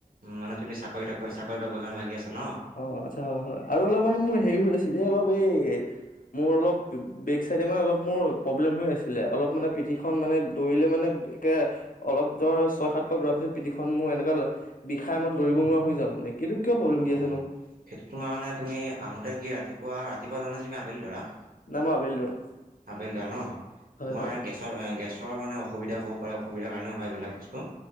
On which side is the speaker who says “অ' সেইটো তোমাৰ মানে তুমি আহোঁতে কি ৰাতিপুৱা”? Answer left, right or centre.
Right